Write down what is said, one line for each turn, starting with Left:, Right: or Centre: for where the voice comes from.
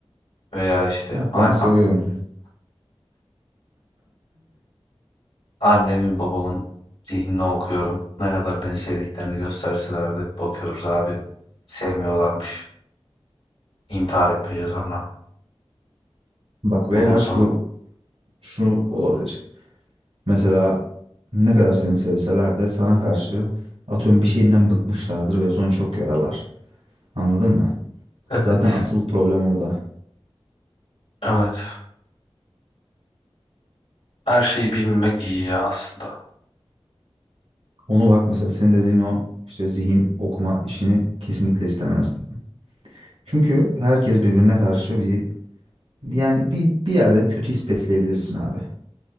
Left: Veya işte
Right: Yok
Left: an-
Right: lan seviyorum.
Left: Annemin babamın zihnini okuyorum. Ne kadar beni sevdiklerini gösterseler de bakıyoruz abi. Sevmiyorlarmış. İntihar etmeyeceğiz sonra.
Right: <laughs> Bak veya
Left: Yolun sonu.
Right: şu şu olabilir. Mesela ne kadar seni sevseler de sana karşı atıyorum bir şeyinden bıkmışlardır ve sonra çok yararlar. Anladın mı?
Left: Evet.
Right: Zaten asıl problem orada.
Left: Evet. Her şeyi bilmemek iyi ya aslında.
Right: Onu bak mesela senin dediğin o işte zihin okuma işini kesinlikle istemezdim. Çünkü herkes birbirine karşı bir yani bir, bir yerde bir kötü his besleyebilirsin abi.